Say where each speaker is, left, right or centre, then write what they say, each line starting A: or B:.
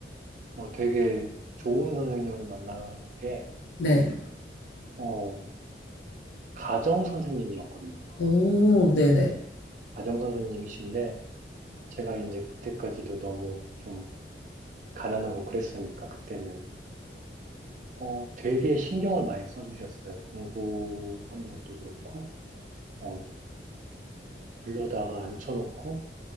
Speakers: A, on the right; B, on the left.
A: 어, 되게 좋은 선생님을 만난 게,
B: 네.
A: 어, 가정 선생님이었거든요.
B: 오, 네네.
A: 가정 선생님이신데 제가 이제 그때까지도 너무 좀 가난하고 그랬으니까 그때는 어 되게 신경을 많이 써주셨어요. 공부하는 것도 그렇고 어 불러다가 앉혀놓고